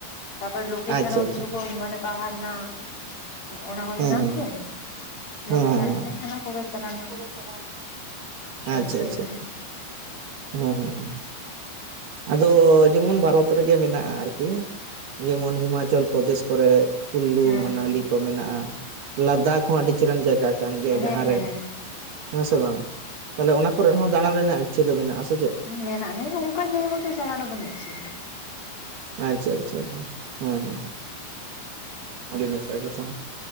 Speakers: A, on the left (about 50°); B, on the right (about 65°).
A: ᱛᱟᱯᱚᱨ ᱞᱳᱠᱮᱥᱚᱱ
B: ᱟᱪᱪᱷᱟ
A: ᱦᱚᱸ
B: ᱟᱪᱪᱷᱟ
A: ᱠᱤᱪᱷᱩ
B: <inaudible>
A: ᱠᱚ ᱢᱟᱱᱮ ᱯᱟᱦᱟᱲ ᱨᱮᱱᱟᱜ ᱚᱱᱟ ᱠᱚ
B: <unintelligible> ᱦᱩᱸ
A: ᱢᱮᱱᱟᱜᱼᱟ
B: ᱦᱩᱸ,
A: ᱥᱮ
B: ᱦᱮᱸ
A: ᱞᱳᱠᱮᱥᱚᱱ
B: ᱦᱮᱸ ᱦᱮᱸ,
A: ᱠᱚ ᱚᱱᱟ ᱠᱚᱜᱮ ᱪᱟᱞᱟᱣ ᱨᱮᱱᱟᱜ
B: <unintelligible> ᱟᱪᱪᱷᱟ
A: ᱤᱪᱪᱷᱟᱹ
B: ᱟᱪᱪᱷᱟ,
A: ᱢᱮᱱᱟᱜᱼᱟ
B: ᱦᱩᱸ ᱦᱩᱸ ᱦᱩᱸ ᱟᱫᱚ ᱡᱮᱢᱚᱱ ᱵᱷᱟᱨᱚᱛ ᱨᱮᱜᱮ ᱢᱮᱱᱟᱜ-ᱟ ᱟᱨ- ᱠᱤ ᱡᱮᱢᱚᱱ ᱦᱤᱢᱟᱪᱚᱞ ᱯᱨᱚᱫᱮᱥ ᱠᱚᱨᱮ ᱠᱷᱩᱞᱞᱩ,
A: ᱦᱮᱸ
B: ᱢᱟᱱᱟᱞᱤ ᱠᱚ ᱢᱮᱱᱟᱜ-ᱟ ᱞᱟᱫᱟᱠᱷ ᱦᱚᱸ ᱟᱰᱤ ᱪᱮᱦᱨᱟᱱ ᱡᱟᱭᱜᱟ ᱠᱟᱱ ᱜᱮᱭᱟ᱾
A: ᱦᱮᱸ
B: ᱡᱟᱦᱟᱸ
A: ᱦᱮᱸ
B: ᱨᱮ ᱦᱮᱸ ᱥᱮ ᱵᱟᱝ ᱛᱟᱦᱞᱮ ᱚᱱᱟ ᱠᱚᱨᱮᱫ ᱦᱚᱸ ᱫᱟᱬᱟᱱ ᱨᱮᱱᱟᱜ ᱤᱪᱪᱷᱟᱹ ᱫᱚ ᱢᱮᱱᱟᱜ-ᱟ ᱥᱮ ᱪᱮᱫ
A: ᱢᱮᱱᱟᱜ-ᱟ ᱦᱮᱸ ᱚᱱᱠᱟᱱ ᱡᱟᱭᱜᱟ ᱠᱚᱛᱚ ᱪᱟᱞᱟᱣᱱᱟ ᱫᱚᱢᱮ ᱤᱪᱪᱷᱟᱹ ᱢᱮᱱᱟᱜ-ᱟ᱾
B: ᱟᱪᱪᱷᱟ ᱟᱪᱪᱷᱟ ᱟᱪᱪᱷᱟ ᱦᱮᱸ ᱦᱮᱸ, ᱟᱹᱰᱤ ᱱᱟᱯᱟᱭ ᱠᱟᱛᱷᱟ᱾